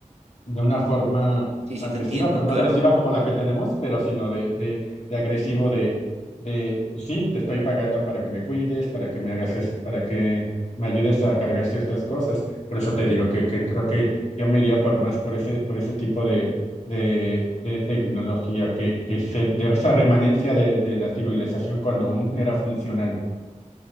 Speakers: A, on the left; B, on the right.
A: de una forma
B: sí, sí,
A: agresiva,
B: te entiendo,
A: pero no
B: claro.
A: agresiva como la que tenemos, pero sino de, de, de agresivo, de, de, pues sí, te estoy pagando para que me cuides, para que me hagas, es- para que me ayudes a cargar ciertas cosas. Por eso te digo que, que creo que yo me iría por más por ese, por ese tipo de, de, de tecnología, que, que se, de esa remanencia de, de la civilización cuando aún era funcional.